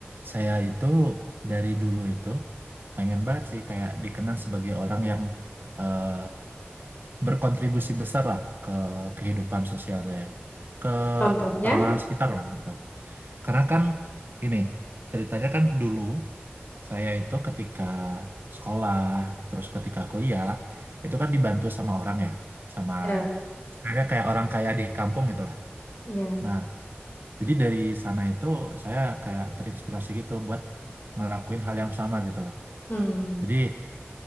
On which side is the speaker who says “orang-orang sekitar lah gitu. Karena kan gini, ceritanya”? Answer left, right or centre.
Right